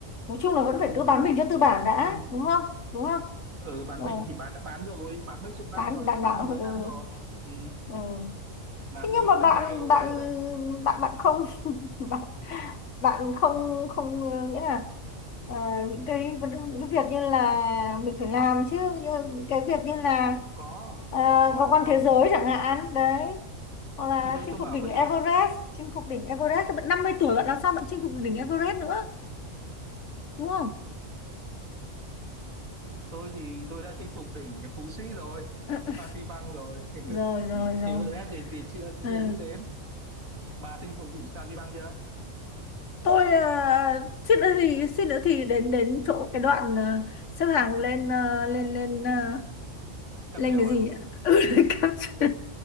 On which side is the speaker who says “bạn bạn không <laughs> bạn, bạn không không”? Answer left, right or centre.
Left